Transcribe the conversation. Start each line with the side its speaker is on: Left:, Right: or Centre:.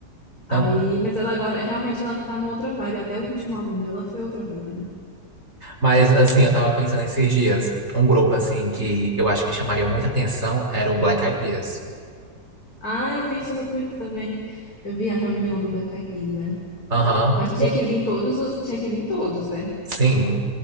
Right: Tanto.
Left: Aí, mas ela agora, realmente ela tá numa outra vibe. Até o último álbum dela foi outra vibe, né?
Right: Mas assim, eu tava pensando esses dias. Um grupo assim que eu acho que chamaria muita atenção era o Black Eyed Peas.
Left: Ah, eu vi isso no Twitter também. Eu vi a reunião do Black Eyed Peas, né?
Right: Aham.
Left: Mas tinha que vir todos os. Tinha que vir todos, né?
Right: Sim.